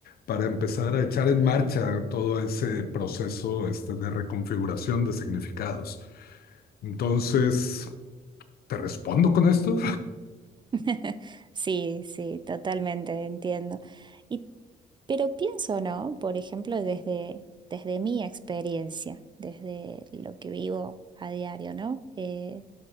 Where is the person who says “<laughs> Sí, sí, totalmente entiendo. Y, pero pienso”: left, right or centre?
Right